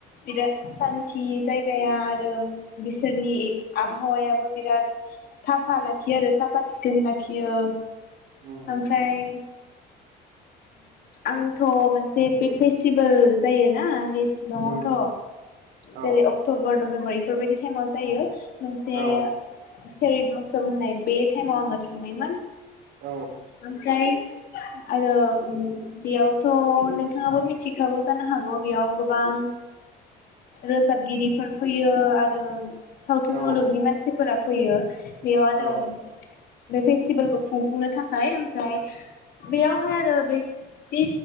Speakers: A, on the left (about 70°); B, on the right (about 85°).
A: बिराद सान्थि जायगाया आरो बिसोरनि आबहावायाबो बिराद साफा लाखियो आरो साफा सिखोन लाखियो।
B: उम
A: ओमफ्राय
B: उम
A: आंथ' मोनसे बे फेस्टिभेल जायोना बे शिलंआवथ
B: उम उम औ
A: जेरै अक्टबर नभेम्बर बेफोरबायदि टाइमाव जायो। मोनसे
B: औ
A: सेरि ब्लसम होननाय बे टाइमाव आंङो थांनायमोन।
B: औ
A: ओमफ्राय आरो बेयावथ नोंथाङाबो मिथिखागौ जानो हागौ बेयाव गोबां रोजाबगिरिफोर फैयो आरो सावथुन
B: औ
A: मुलुगनि मानसिफोरा फैयो बेव आरो
B: औ
A: बे फेस्टिभेलखौ खुंफुंनो थाखाय ओमफ्राय बेयावहाय आरो बे जि